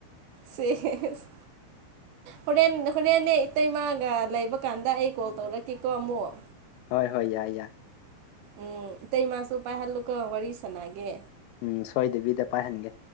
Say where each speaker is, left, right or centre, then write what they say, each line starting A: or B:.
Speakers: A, on the right; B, on the left.
A: ꯁꯦ ꯍꯦꯁ ꯍꯣꯔꯦꯟ ꯍꯣꯔꯦꯟꯅꯦ ꯏꯇꯩꯃꯥꯒ ꯂꯩꯕ ꯀꯥꯟꯗ ꯑꯩ ꯀꯣꯜ ꯇꯧꯔꯛꯀꯦꯀꯣ ꯑꯃꯨꯛ
B: ꯍꯣꯏ ꯍꯣꯏ ꯌꯥꯏ ꯌꯥꯏ꯫
A: ꯎꯝ ꯏꯇꯩꯃꯁꯨ ꯄꯥꯏꯍꯜꯂꯨꯀꯣ ꯋꯥꯔꯤ ꯁꯥꯥꯟꯅꯒꯦ꯫
B: ꯎꯝ ꯁꯣꯏꯗꯕꯤꯗ ꯄꯥꯏꯍꯟꯒꯦ꯫